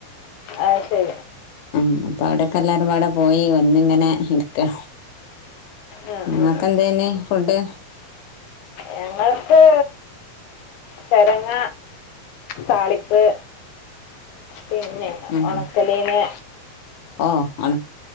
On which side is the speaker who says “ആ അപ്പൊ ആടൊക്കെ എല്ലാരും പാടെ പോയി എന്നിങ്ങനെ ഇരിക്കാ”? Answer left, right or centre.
Left